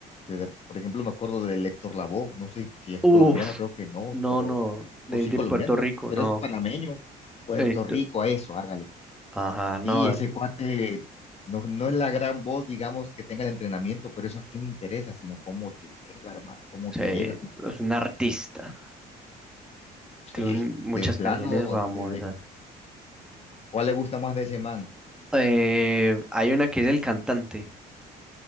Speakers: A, on the left; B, in the centre.
A: De- por ejemplo, me acuerdo de Héctor Lavoe. No sé si es
B: Uf,
A: colombiano, creo que no,
B: no,
A: pero.
B: no. Desde
A: O si es colombiano,
B: Puerto Rico,
A: pero
B: no.
A: es panameño. Puerto
B: Eh,
A: Rico,
B: t-
A: a eso, hágale.
B: ajá, no.
A: Sí, ese cuate no, no es la gran voz, digamos, que tenga el entrenamiento, pero eso a quién le interesa, sino cómo te pega, hermano, cómo te
B: Sí, es
A: llega.
B: un artista. Tiene
A: Sí,
B: muchas
A: de plano,
B: canciones famosas.
A: de, de- ¿cuál le gusta más de ese man?
B: Eh, hay una que es El Cantante.